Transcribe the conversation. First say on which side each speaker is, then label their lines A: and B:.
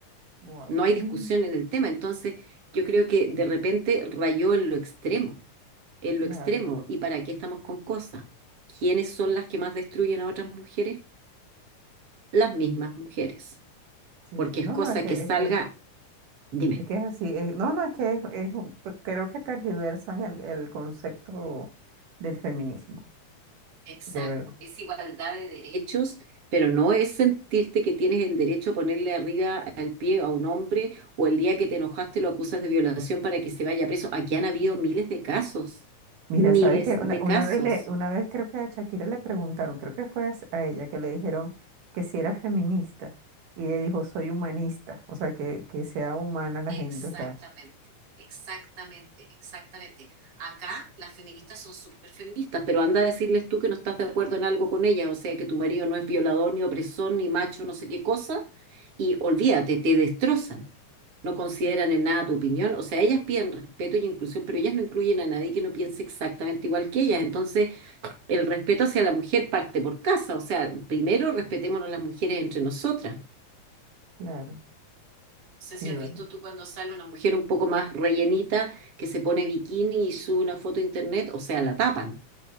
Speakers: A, on the right; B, on the right.
A: wow,
B: No hay discusión
A: Mm,
B: en el tema, entonces yo creo que de repente rayó en lo extremo, en
A: <laughs> claro,
B: lo extremo. ¿Y para qué estamos con cosas? ¿Quiénes son las que más destruyen a otras mujeres? Las mismas mujeres,
A: sí,
B: porque
A: no,
B: es cosa
A: no, es que,
B: que salga,
A: es que,
B: dime.
A: es que es así, es- no, no, es que es, es un- creo que tergiversan el el concepto del feminismo.
B: Exacto,
A: De verdad.
B: es igualdad de derechos, pero no es sentirte que tienes el derecho a ponerle arriba al pie a un hombre o el día que te enojaste lo acusas de violación para que se vaya preso. Aquí han habido miles de casos,
A: Mira,
B: miles
A: sabes que una,
B: de
A: una
B: casos.
A: vez le, una vez creo que a Shakira le preguntaron, creo que fue a, s- a ella que le dijeron que si era feminista y ella dijo soy humanista, o sea que, que sea humana la
B: Exactamente,
A: gente, o sea,
B: exactamente, exactamente. Acá las feministas son súper feministas, pero anda a decirles tú que no estás de acuerdo en algo con ellas, o sea, que tu marido no es violador, ni opresor, ni macho, no sé qué cosa, y olvídate, te destrozan. No consideran en nada tu opinión, o sea, ellas piden respeto y inclusión, pero ellas no incluyen a nadie que no piense exactamente igual que ellas. Entonces, el respeto hacia la mujer parte por casa, o sea, primero respetémonos las mujeres entre nosotras.
A: claro,
B: No sé
A: sí,
B: si has
A: vale,
B: visto tú cuando sale una mujer un poco más rellenita que se pone bikini y sube una foto a internet, o sea, la tapan,